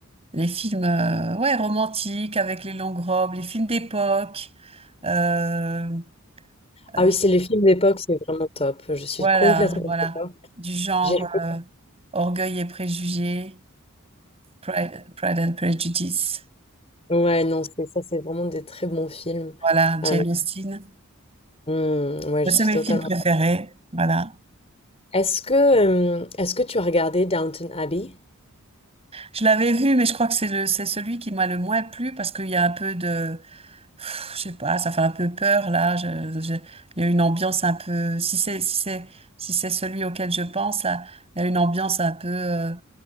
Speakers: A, on the right (about 30°); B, on the left (about 30°).
A: Les films euh, ouais, romantiques avec les longues robes, les films d'époque. euh, euh,
B: Ah oui, c'est les films d'époque, c'est vraiment top. Je suis
A: voilà,
B: complètement
A: voilà.
B: d'accord.
A: Du genre
B: J'ai fait
A: euh, Orgueil et préjugés, Pride, Pride and Prejudice.
B: ouais, non, c'est ça, c'est vraiment des très bons films.
A: Voilà, Jane
B: Heu,
A: Austen.
B: mmh, ouais, je
A: C'est
B: suis
A: mes
B: totalement
A: films préférés. Voilà.
B: Est-ce que, hem, est-ce que tu as regardé Downton Abbey?
A: Je l'avais vu, mais je crois que c'est le, c'est celui qui m'a le moins plu parce qu'il y a un peu de Pff, je sais pas, ça fait un peu peur là. Je, je- il y a une ambiance un peu. Si c'est si c'est si c'est celui auquel je pense là, il y a une ambiance un peu euh,